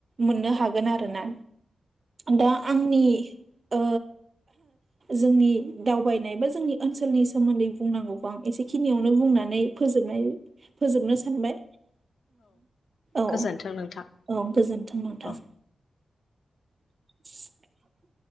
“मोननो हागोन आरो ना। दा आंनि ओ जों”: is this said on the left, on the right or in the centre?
Right